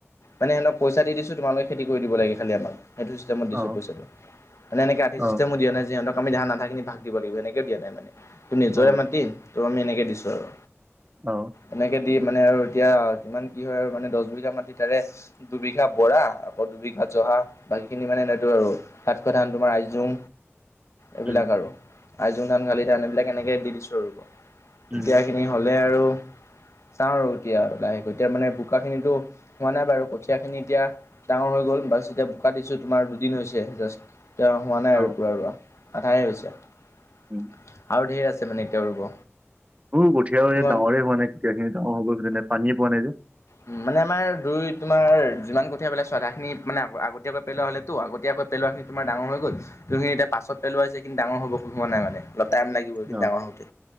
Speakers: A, on the left; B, on the right.
A: মানেহকইচা দিছোমালোকেতি কৰি দিব লাগে খালিম সটো দি
B: অ
A: পইচা মানে এনেক আধ
B: অ
A: চিষ্টেমো দা নাই যিঁতক আমি ধান আধাখিনি ভাগ দিব লাগিব সেনেকে দিয়া নাই মানে তোৰ নিজৰে
B: অ
A: মাতি তো আমি এনেক দিছো আৰু
B: অ
A: এনেকে দি মানে আৰু এতিয়া যিমান কি হয় আৰু মানে দহ বিঘা মাতি তাৰে দুবিঘা বৰা আকৌ দুবিঘা জহা বাকী খিনি মানে এনেতো আৰু তাতশৈ ধান তোমাৰ আইজোং এইবিলাক
B: উম
A: আৰু আইজোং ধান গালি ধান এইবিলাক এনেকে দি দিছো ৰব
B: উম
A: এতিয়া সখিনি হ'লে আৰু চাওঁ আৰু এতিয়া লাহেকৈ এতিয়া মানে বোকাখিনিতো হোৱা নাই বাৰু কঠীয়া খিনি এতিয়া ডাঙৰ হৈ গ'ল বাছ এতিয়া বোকা দিছো তোমাৰ দুদিন হৈছে জাষ্ট তেওঁ হোৱা নাই
B: অ
A: আৰু কা ৰোৱা আধায় হৈছে
B: উম
A: আৰু ঢেৰ আছে মানে এতিয়া ৰুব
B: সৰু কঠীয়াও
A: তোমাৰ
B: এই ডাঙৰে হোৱা নাই কঠীয়া খিনি ডাঙৰ হব কিজানি পানীয়ে পোৱা নাই যে
A: উম মানে আমাৰ দুই তোমৰ যিমান কঠীয়া পেললে আধাখিনি মানে আগতীয়াকৈ পেলোৱা হ'লেতো আগতীয়াকৈ পেলোৱাখিনি তমাৰ ডাঙৰ হৈ'ল সখিনি এতি পাছ পেলোৱা যে এইখিন ডাঙৰ হব হোৱা নাই মানে অলপ টাইম লাগিব ইখিনি
B: অ
A: ডাঙৰ হওঁতে